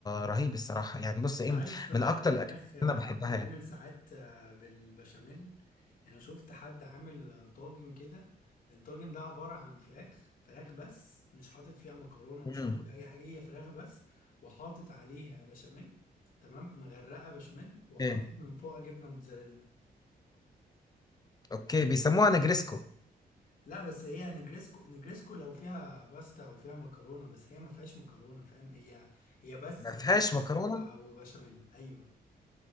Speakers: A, on the left; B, on the left.
A: رهيب الصراحه يعني بص
B: انت
A: ايه
B: عارف آه،
A: من اكتر
B: الفراخ
A: الاكلات
B: آه،
A: اللي انا بحبها
B: بتتعمل
A: يعني
B: ساعات آه، بالبشاميل يعني انا شفت حد عامل آه، طاجن كده الطاجن ده عبارة عن فراخ فراخ بس مش حاطط فيها مكرونة مش
A: امم
B: حاطط فيها اي حاجة هي فراخ بس وحاطط عليها بشاميل تمام مغرقة بشاميل وحاطط
A: ايه
B: من فوق جبنة موتزاريلا
A: اوكي بيسموها نجريسكو
B: لا بس هي نجريسكو نجريسكو لو فيها باستا وفيها مكرونة بس هي ما فيهاش مكرونة فاهم هي هي بس
A: ما
B: فراخ
A: فيهاش مكرونه
B: و- وبشاميل ايوه